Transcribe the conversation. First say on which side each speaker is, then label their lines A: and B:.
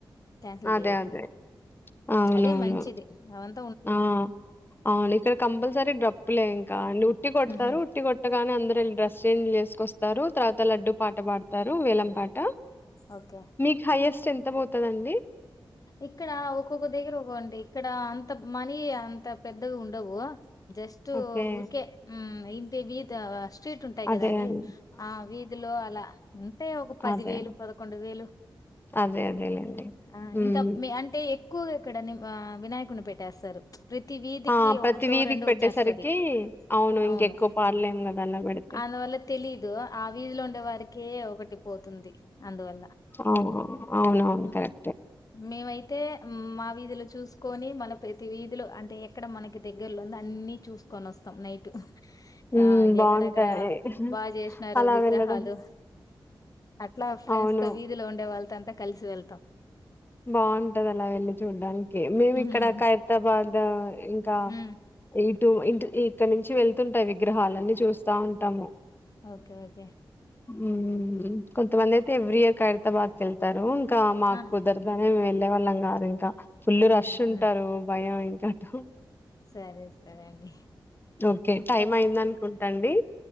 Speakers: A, on the left; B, on the left.
A: క్యాన్సల్
B: అదే
A: చేసినారు
B: అదే అవునవును
A: అదే మంచిది అవన్
B: ఆ అవును ఇక్కడ కంపల్సరీ డ్రప్పులే ఇంకా అ ఉట్టి కొడతారు
A: ఉహు.
B: ఉట్టి కొట్ట గా కానీ అందరు ఎల్లి డ్రెస్ చేంజ్ చేసుకొస్తారు తర్వాత లడ్డూ పాట పాడతారు వేలంపాట
A: ఓకే
B: మీకు హైయెస్ట్ ఎంత ఎంత పోతదండి
A: ఇక్కడ ఒక్కొక్క దగ్గర ఒకండి ఇక్కడ అంత మనీ అంత పెద్దగా ఉండవు జస్ట్
B: ఓకే
A: ఉరికే హ్మ్మ్ ఇంటి బీత అ స్ట్రీట్ ఉంటాయి
B: అదే
A: కదండి
B: అండి
A: ఆ వీధిలో అలా ఉంటాయి ఒక పది
B: అదే
A: వేలు పదకొండు వేలు
B: అదే అదేలేండి
A: ఆ
B: ఉమ్
A: ఇంకా అంటే ఎక్కువగా ఇక్కడ ని వినాయకుడిని పెట్టేస్తారు ప్రతి వీధికి
B: ఆ ప్రతి
A: ఒకటో
B: వీధికి
A: రెండో
B: పెట్టేసరికి
A: వచ్చేస్తాది
B: ఇంకెక్కువ
A: అవును
B: పాడలేము కదా అలా పెడితే
A: అందువల్ల తెలీదు ఆ వీధిలో ఉండే వారికే ఒకటి పోతుంది అందువల్ల.
B: ఓ అవును అవును
A: హ్మ్.
B: కరెక్ట్
A: మేమైతే మా వీధిలో చూసు కోని మన ప్రతి వీధిలో అంటే ఎక్కడ మనకి దగ్గరలో ఉందో అన్ని చూసుకొని వస్తాం నైట్
B: ఉమ్
A: ఆ
B: బాగుంటాయి
A: ఎక్కడక్కడ బాగా చేసినారు
B: అలా
A: విగ్రహాలు
B: వెళ్ళడం
A: అట్లా ఫ్రెండ్స్
B: అవును
A: తో వీధిలో ఉండే వాళ్ళు అంతా కలిసి వెళ్తాం
B: బాగుంటది అలా వెళ్ళి చూడ్డానికి మేము
A: హ్మ్.
B: ఇక్కడ ఖైతాబాద్ ఇంకా
A: హ్మ్.
B: ఇటు ఇ ఇక్కడ నుంచి వెళ్తుంటాయి విగ్రహాలన్నీ చూస్తా ఉంటాము
A: ఓకే ఓకే
B: ఉ కొంతమంది అయితే ఎవ్రీ ఇయర్ ైరతాబాద్కి వెళ్తారు మాకు
A: ఆ!
B: రా వెళ్లే వాళ్ళం కారు ఇంకా ఫుల్
A: హ్మ్.
B: రష్ ఉంటారు
A: హ్మ్.
B: భయం ఇంకా చటు
A: సరే. సరే అండి.
B: ఓకే టైమ్
A: ఒచ్
B: అయింద అనుకుంటు తండి